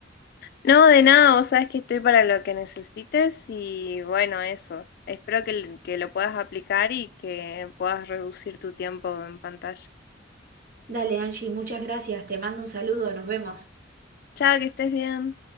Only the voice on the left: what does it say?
No, de nada, vos sabes que estoy para lo que necesites y bueno, eso. Espero que, l- que lo puedas aplicar y que puedas reducir tu tiempo en pantalla.
Chao, que estés bien.